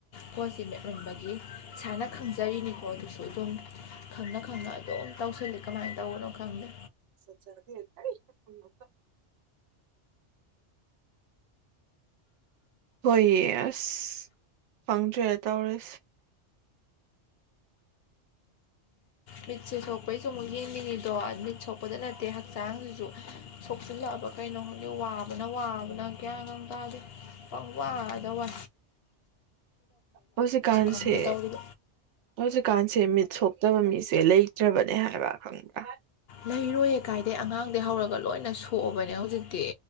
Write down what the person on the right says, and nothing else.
ꯗꫭꯛꯇꯔꯗꯤ ꯑꯩꯁꯨ‌ ꯈꯪꯗꯦꯀꫭ ꯍꯣꯏꯌꯦ ꯑꯁ ꯈꯪꯗ꯭ꯔꯦ ꯑ ꯇꯧꯔꯤ
ꯍꯧꯖꯤ ꯀꯥꯟꯁꯦ
ꯑꯣ ꯎꯆ ꯀꯥꯟꯁꯤ ꯁꯦ ꯃꯤꯠ ꯁꯣꯛꯇꯕ ꯃꯤꯁꯦ ꯂꯩꯇ꯭ꯔꯕꯅꯦ ꯍꯥꯏꯕ ꯈꯪꯕ꯭ꯔꯥ